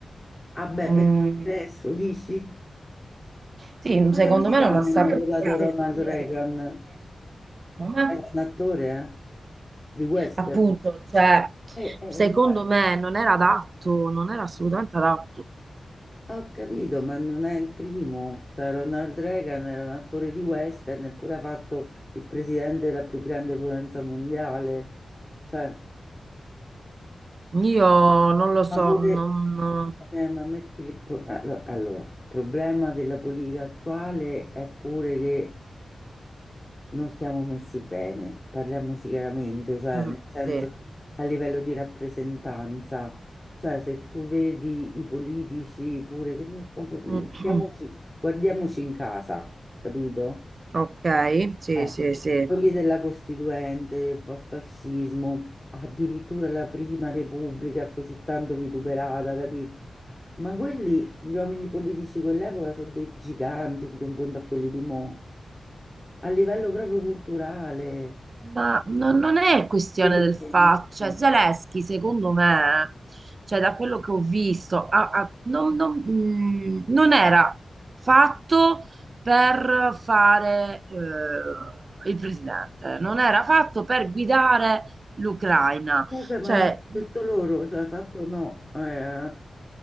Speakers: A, on the left; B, on the right.
A: Vabbè,
B: Mm,
A: per adesso dici?
B: sì,
A: Ma
B: secondo
A: Gli americani
B: me non ha Proprio
A: hanno
B: saputo
A: votato
B: bravo.
A: Ronald
B: gestire
A: Reagan.
B: la situazione. Ma,
A: Era un attore, eh? Di western.
B: Appunto, cioè,
A: Eh, eh,
B: secondo
A: cioè,
B: me non era adatto, non era assolutamente adatto.
A: ho capito, ma non è il primo. Cioè, Ronald Reagan era un attore di western, eppure ha fatto il presidente della più grande potenza mondiale. Cioè...
B: Io non lo so,
A: Ma pure,
B: non...
A: scusami, eh, ma metti le po- allo- allora, il problema della politica attuale è pure che non stiamo messi bene, parliamoci chiaramente, cioè
B: mm,
A: nel senso
B: sì.
A: a livello di rappresentanza, cioè se tu vedi i politici pure, che ne- proprio,
B: <clears throat>
A: vediamoci- guardiamoci in casa, capito?
B: Ok, sì,
A: Eh,
B: sì, sì.
A: quelli della Costituente, del post-fascismo, addirittura la prima Repubblica così tanto vituperata, capito? Ma quelli, gli uomini politici di quell'epoca sono dei giganti in confronto a quelli di mo', a livello proprio culturale,
B: Ma no- non è questione
A: per il
B: del
A: senso.
B: fatto, cioè Zelensky secondo me, cioè da quello che ho visto, ha- ha- non, non- mh, non era fatto per fare eh, il presidente, non era fatto per guidare l'Ucraina,
A: Eh beh, ma
B: cioè
A: l'hanno detto loro, cioè fatto no, eh,